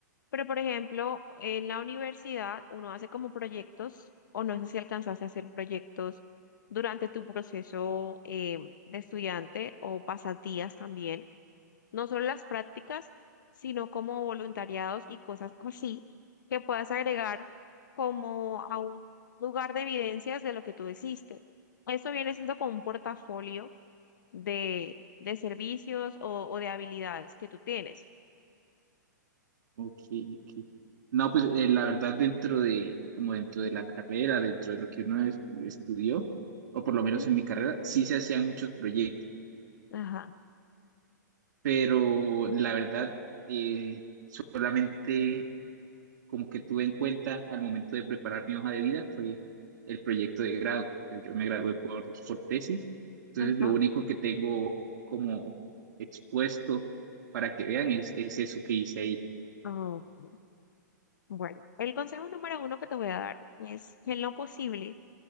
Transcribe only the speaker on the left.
Pero, por ejemplo, en la universidad uno hace como proyectos, o no sé si alcanzaste a hacer proyectos durante tu proceso eh, de estudiante o pasatías también, no solo las prácticas, sino como voluntariados y cosas <laughs> así que puedas agregar como a un lugar de evidencias de lo que tú hiciste. Esto viene siendo como un portafolio de, de servicios o, o de habilidades que tú tienes.
Ujú.
Ajá,
ajá.
Ok. Bueno, el consejo número uno que te voy a dar es que en lo posible